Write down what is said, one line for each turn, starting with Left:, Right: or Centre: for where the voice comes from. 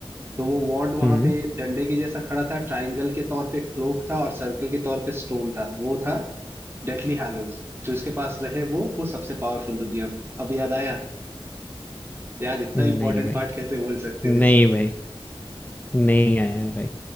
Right: तो वो वॉन्ड वहां
Left: हुँ,
Right: पे डंडे के जैसा खड़ा था ट्रायंगल के तौर पे क्लोक था और सर्कल के तौर पे स्टोन था वो था डेथली हैलोज जो इसके पास रहे वो वो सबसे पावरफुल दुनिया में अब याद आया यार इतना
Left: नहीं
Right: इंपॉर्टेंट
Left: भाई,
Right: पार्ट कैसे बोल सकते
Left: नहीं
Right: हो इसमें
Left: भाई, नहीं आया भाई।